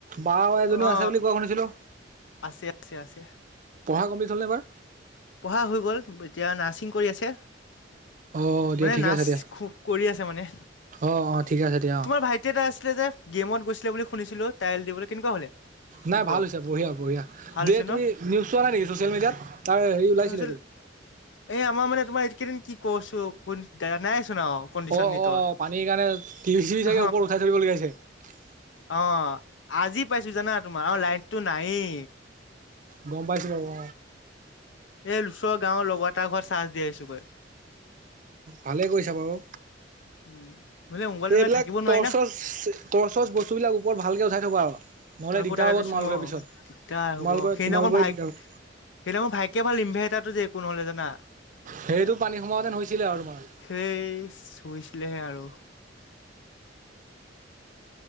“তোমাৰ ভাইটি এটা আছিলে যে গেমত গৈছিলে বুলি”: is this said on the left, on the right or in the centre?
Left